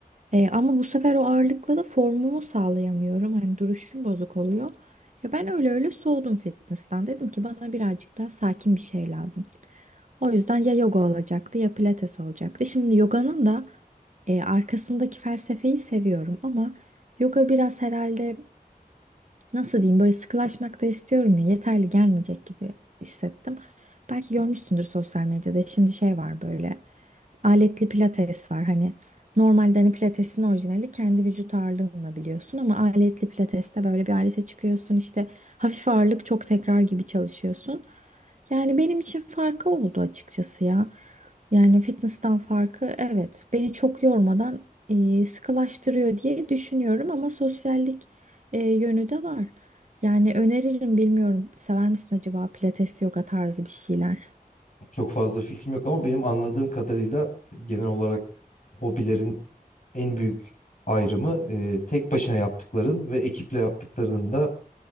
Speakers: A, on the right; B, on the left.
A: E, ama bu sefer o ağırlıkla da formumu sağlayamıyorum. Hani duruşum bozuk oluyor. Ya ben öyle öyle soğudum fitness'tan. Dedim ki bana birazcık daha sakin bir şey lazım. O yüzden ya yoga olacaktı ya pilates olacaktı. Şimdi yoganın da e, arkasındaki felsefeyi seviyorum ama yoga biraz herhalde nasıl diyeyim böyle sıkılaşmak da istiyorum ya yeterli gelmeyecek gibi hissettim. Belki görmüşsündür sosyal medyada şimdi şey var böyle aletli pilates var hani normalde hani pilatesin orijinali kendi vücut ağırlığınla biliyorsun ama aletli pilateste böyle bir alete çıkıyorsun işte hafif ağırlık çok tekrar gibi çalışıyorsun. Yani benim için farkı oldu açıkçası ya. Yani fitness'tan farkı evet beni çok yormadan e, sıkılaştırıyor diye düşünüyorum ama sosyallik e, yönü de var. Yani öneririm bilmiyorum. Sever misin acaba pilates yoga tarzı bir şeyler?
B: Çok fazla fikrim yok ama benim anladığım kadarıyla genel olarak hobilerin en büyük ayrımı e, tek başına yaptıkların ve ekiple yaptıklarında